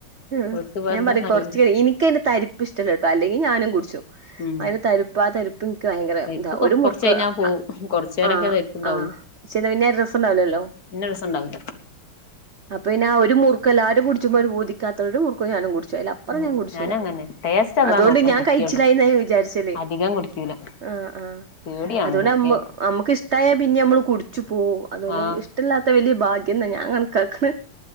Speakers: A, on the right (about 75°); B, on the left (about 50°).
A: ഉം ഉം
B: ഓൽക്കിപ്പോ
A: ഞാൻ
B: എന്താന്നറിയില്ല
A: പറയാ കൊർച്ച് കഴി ഇനിക്കയിന്റെ തരി പ്പ് ഷ്ടല്ലട്ടോ അല്ലെങ്കി ഞാനും കുട്ച്ചും.
B: ഉം
A: അയ്ന് തരിപ്പാ തരി പ്ൻക്ക് വയങ്കര
B: പരിപ്പ്
A: താ ഒരു
B: കൊറച്ച്
A: മുർക്ക്
B: കഴിഞ്ഞാ പോവും
A: അ
B: കൊറച്ച് നേരൊക്കെ
A: ആഹ്
B: പരിപ്പുണ്ടാവുള്ളു
A: ആഹ് പക്ഷെ ത് പിന്നെ രസംണ്ടാവ് ലല്ലോ
B: ന്നെ രസണ്ടാവൂല.
A: അപ്പൊന്നെ ആ ഒരു മുർ എല്ലാരും കുട്ച്ചുമ്പം ഒരു പൂതിക്കാത്ര രു മുർക്ക് ഞാനും കുട്ച്ചും. അയ്‌ലപ്പറ
B: ഉം
A: ഞാൻ കുട്ച്ചൂലാ.
B: ഞാനും അങ്ങനെ ടേസ്റ്റ് എന്താ
A: അതോണ്ട്
B: നോക്കാൻ
A: ഞാൻ
B: കുടിക്കുള്ളൂ
A: കയിച്ചിലായിന്നാ വിചാര്ച്ചല്
B: അധികം കുടിക്കൂല
A: ആഹ് ആഹ്
B: പേടിയാണ്
A: അതുകൊണ്ട്
B: കുടിക്കാൻ
A: അമ്മു അമ്മുക്ക് ഇഷ്ടായ പിന്നി അമ്മള് കുടിച്ചു പോവു അതുകൊണ്ട്
B: ആഹ്
A: ഇഷ് ടല്ലാത്ത വെല്യ ഭാഗ്യം ന്ന ഞാൻ കൺ ക്കാക്ക്ണ്